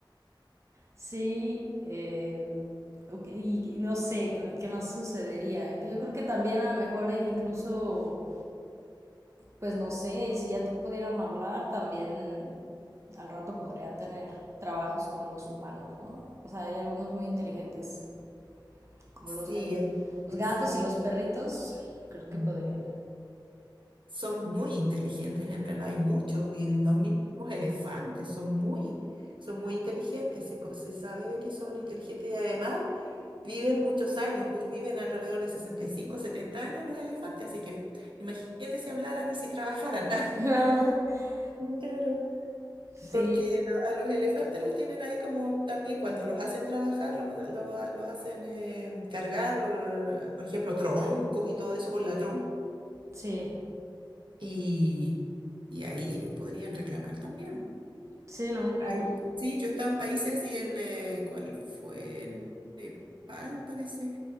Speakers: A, on the right; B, on the right.
A: sí, eh, ok, y, y no sé qué, ma- qué más sucedería. que Yo creo que también a lo mejor eh, incluso pues no sé, y si ya te pudieran hablar, también al rato podrían tener trabajos como los humanos, ¿no? O sea, hay algunos muy inteligentes, como
B: sí,
A: los, ga-
B: hay-
A: los gatos
B: sí.
A: y los perritos, creo que
B: mm.
A: podrían.
B: Son muy inteligentes, en verdad, hay muchos, y los mismos elefantes son muy, son muy inteligentes, se, co- se sabe de que son inteligentes y además viven muchos años, dur- viven alrededor de 65, 70 años los elefantes, así que imagínate si hablaran y si trabajaran. <laughs>
A: <laughs>
B: Claro.
A: Sí,
B: Porque a a los elefantes los tienen ahí como también cuando los hacen trabajar, los, los, los hacen eh, cargar, eh, por ejemplo, troncos y todo eso con la trompa.
A: sí,
B: Y, y ahí ellos podrían reclamar también.
A: sí, no, no.
B: Ay, sí, yo he estado en países así en, eh, ¿cuál fue? En Nepal, parece.